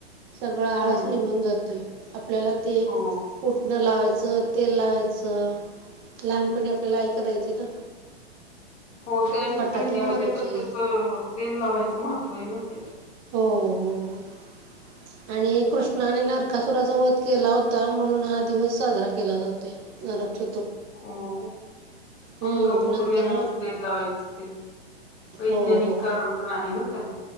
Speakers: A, on the right; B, on the left.
A: सगळं आळस
B: हम्म
A: निघून जातोय आपल्याला ते
B: हो
A: उठणं लावायचं तेल लावायचं लहानपणी आपल्याला आई करायची ना
B: हो ते आणि
A: फटाके
B: थंडीमध्ये
A: वाजवायचे
B: पण त्याचं तेल लावायचं महत्त्व आहे ना ते
A: हो हो आणि कृष्ण आणि नरकासुराच वध केला होता म्हणून हा दिवस साजरा केला जातो नरकच
B: हो
A: हम्म
B: अंग फुटू
A: नंतर
B: नये म्हणून तेल लावायचं ते वैज्ञानिक
A: हो हो
B: कारण पण आहे ना त्याला